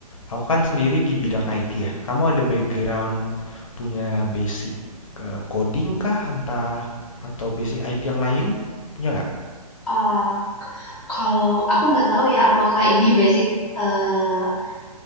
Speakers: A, on the left; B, in the centre.
A: Aku kan sendiri di bidang IT ya. Kamu ada background punya basic eh, coding kah, entah atau basic IT yang lain punya nggak?
B: Ah kalau aku nggak tahu ya apakah ini <laughs> basic, eee,